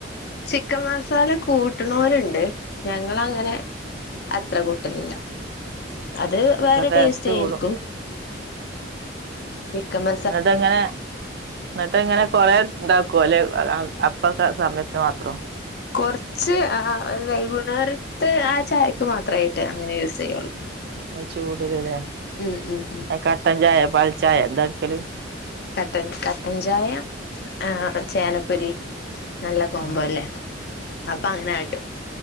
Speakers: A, on the left; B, on the right.
A: ചിക്കൻ മസാല കൂട്ടണോരുണ്ട് ഞങ്ങളങ്ങനെ അത്ര കൂട്ടലില്ല അത് വേറെ
B: അപ്പൊ
A: ടേസ്റ്റ് ആയിരിക്കും
B: കൂടും
A: ചിക്കൻ മ
B: എന്നിട്ട അങ്ങനെ എന്നിട്ട് ഇങ്ങനെ കൊറെ ഉണ്ടാക്കുവ അല്ലെ അപ്പ സമയത്തിനു മാത്രം
A: കുറച്ച് ആ ഒരു വൈകുന്നേരത്ത് ആ ചായക്ക് മാത്രമായിട്ട് അങ്ങനെ യൂസ് ചെയ്യുള്ളൂ
B: അ ചൂടലല്ലേ
A: ഉം ഉം ഉം
B: ആ കട്ടഞ്ചായ പാൽ ചായ എന്താക്കല്
A: കട്ടൻ കട്ടൻചായ ആ ചേനപ്പൊരി നല്ല കോമ്പോല്ലേ
B: ഉം
A: അപ്പൊ
B: ഉം
A: അങ്ങനെ ആട്ടും